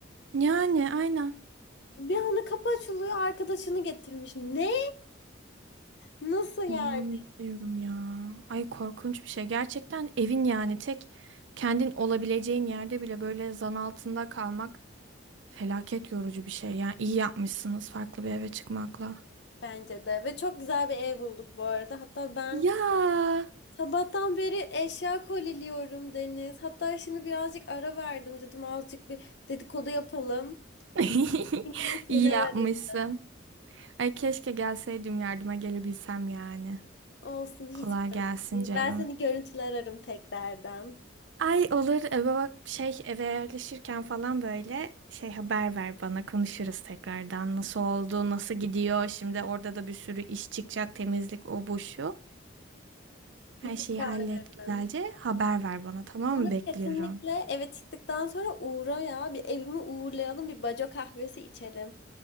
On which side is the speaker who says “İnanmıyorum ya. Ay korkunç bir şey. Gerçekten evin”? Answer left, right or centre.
Right